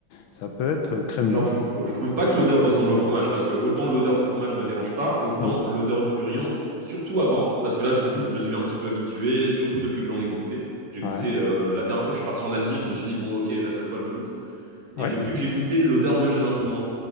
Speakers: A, on the left; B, on the right.
A: ça peut être euh, crémeux.
B: Alors, je trouve, je trouve pas que l'odeur ressemble au fromage, parce que autant l'odeur du fromage me dérange pas, autant
A: Ouais,
B: l'odeur du durian, surtout avant, parce que là, je- du coup, je me suis un petit peu habitué, surtout depuis que j'en ai goûté. J'ai
A: ouais,
B: goûté, euh, la dernière fois que je suis parti en Asie, je me suis dit, bon, ok, là, cette fois, je goûte.
A: ouais,
B: Et depuis que j'ai goûté, l'odeur me gêne un peu moins.